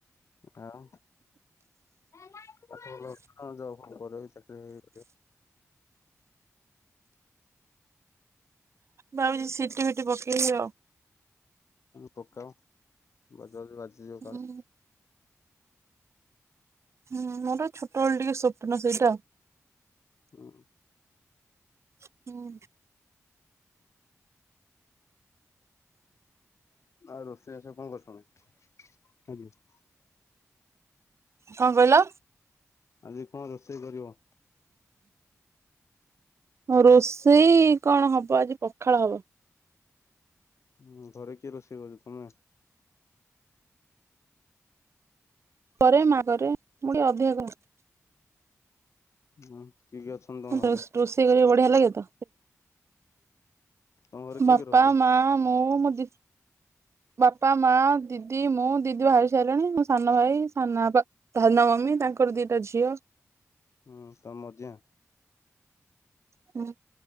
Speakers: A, on the left; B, on the right.
A: ଆଉ। ପାଠ ଭଲ ଜବ ପରେ ବି ଚାକିରୀ କରିବ।
B: ଭାବୁଚି ସିଟି ଫିଟି ପକେଇବି ଆଉ।
A: ପକାଅ ବଜାଅ ବାଜିଯିବ କାଳେ।
B: ହୁଁ ହୁଁ ମୋର ଛୋଟବେଳେ ଟିକେ ସ୍ୱପ୍ନ ସେଇଟା।
A: ହୁଁ
B: ହୁଁ।
A: ଆଉ ରୋଷେଇ ବାସ କଣ କରିଛ ତମେ ହଁ କି?
B: କଣ କହିଲ ।
A: ଆଜି କଣ ରୋଷେଇ କରିବ।
B: ରୋଷେଇ କଣ ହବ ଆଜି ପଖାଳ ହବ।
A: ହଁ ଘରେ କିଏ ରୋଷେଇ କରଛ ତମେ?
B: ପରେ ମା କରେ ମୁଁ ଟିକେ ଅଧିକ କରେ।
A: ହୁଁ। କିଏ କିଏ ଅଛନ୍ତି ତମ
B: ରୋଷ
A: ଘରେ
B: ରୋଷେଇ କରିବାକୁ ବଢିଆ ଲାଗେତ।
A: ତମ ଘରେ କିଏ
B: ବାପା
A: କିଏ ରହୁଛ?
B: ମା ମୁଁ ମୋ ଦି ବାପା ମା ଦିଦି ମୁଁ ଦିଦି ବାହାହେଇ ସାରିଲିଣି ମୋ ସାନ ଭାଇ ମି ତାଙ୍କର ଦିଟା ଝିଅ।
A: ହୁଁ ତମ ଅଜା।
B: ହୁଁ।